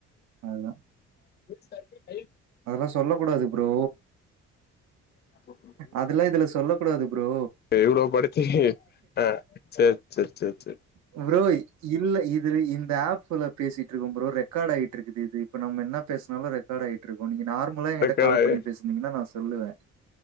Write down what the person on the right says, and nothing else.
அதான்
அதெல்லாம் சொல்ல கூடாது ப்ரோ
அதுெல்லாம் இதுல சொல்ல கூடாது ப்ரூ
புரோய் இல்ல இது இந்த ஆப்ல பேசிட்டு இருக்கு புரோ ரெக்கார்ட் ஆகிட்டு இருக்குது இது இப்ப நம்ம என்ன பேசனாலும் ரெக்கார்ட் ஆயிட்டு இரு நீங்க நார்மலா என்கிட்ட
கால்
பண்ணி பேசினீங்கன்னா நான் சொல்லுவேன்